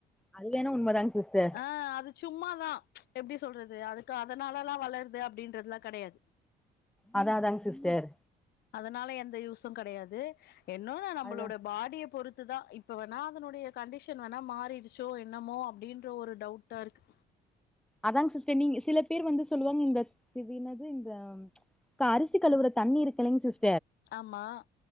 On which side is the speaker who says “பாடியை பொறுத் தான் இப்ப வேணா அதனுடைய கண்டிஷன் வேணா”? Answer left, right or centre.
Left